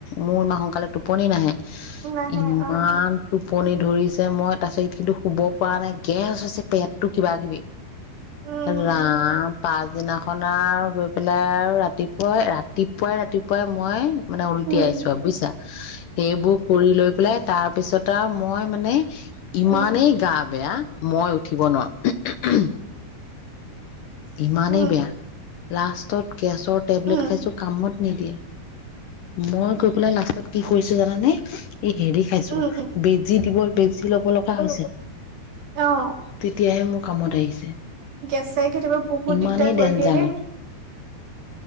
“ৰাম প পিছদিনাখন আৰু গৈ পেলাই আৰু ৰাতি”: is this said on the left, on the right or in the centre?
Left